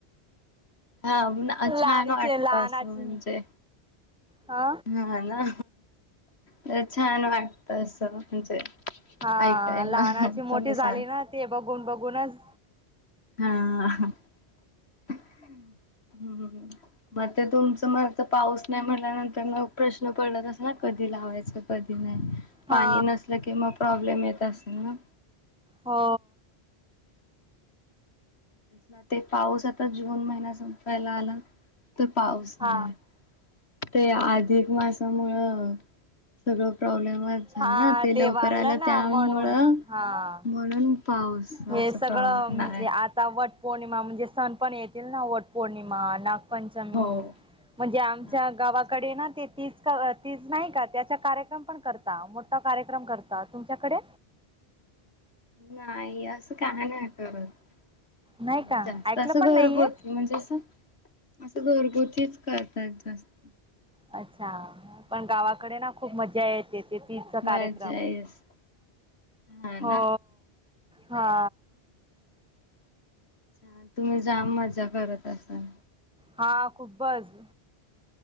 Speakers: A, on the left; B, in the centre.
A: हा छान
B: लहानीचे
A: वाटत
B: लहानाची
A: असं म्हणजे
B: अ
A: हा ना तर छान वाटत असं म्हणजे
B: हा
A: ऐकायला
B: लहानाची मोठी
A: तुम्ही
B: झाली
A: सांग
B: ना ते बघून बघूनच
A: हा ह् मग ते तुमचं मरत पाऊस नाही म्हटल्यानंतर मग प्रश्न पड अस ना कधी लावायच कधी नाही
B: हा
A: पाणी नसल कि म प्रॉब्लेम येत असेल ना
B: हो
A: स ना ते पाऊस आता जून महिना संपायला आला तर पाऊस
B: हा
A: नाही ते अधिक मासामुं सगळं प्रॉब्लेमच झालं
B: हा
A: ना ते लवकर
B: वाढलं
A: आलं
B: ना
A: त्यामुळं
B: म्हणून हा.
A: म्हणून पाऊसाच
B: हे सगळं
A: प्र
B: म्हणजे
A: नाही
B: आता वट पौर्णिमा म्हणजे सण पण येतील ना वट पौर्णिमा नाग पंचमी
A: हो.
B: म्हणजे आमच्या
A: नागपंचमी.
B: गावाकडे ना ते तीच तीच नाही का त्याचा कार्यक्रम पण करता मोठा कार्यक्रम करता तुमच्याकडे
A: नाही अस असं काण एवढं
B: नाही का
A: जास्त
B: ऐकलं
A: असं
B: पण
A: घरग
B: नाहीये
A: होत म्हणजे असं असं घरगत तेच करतात जास्त
B: अच्छा पण गावाकडे ना खूप मज्जा येते शेतीचा
A: मजा
B: कार्यक्रम
A: येस हा ना.
B: हो हा
A: ्छ तुम्ही जाम मजा करत असाल
B: हा खूपबज